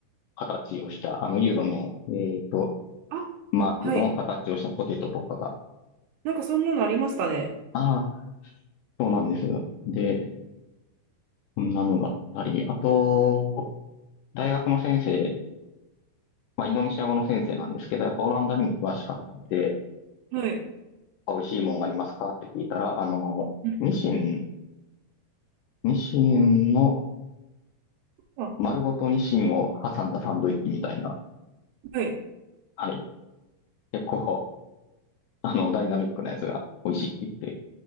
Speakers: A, on the left; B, on the right.
A: 形をした、あのユーロの、えーっと、
B: あ、
A: マークの形をしたポテトとかが、
B: はい。なんかそんなのありましたね。
A: ああ、そうなんです。で、こんなのがあったり、あと、大学の先生、まあ、インドネシア語の先生なんですけど、やっぱオランダにも詳しかったので、
B: はい。
A: 美味しいもんがありますかって聞いたら、あの、
B: うん
A: ニシン、ニシンの
B: あ、
A: 丸ごとニシンを挟んだサンドイッチみたいな、
B: はい。
A: はい、結構、あの、ダイナミックなやつが美味しいって言って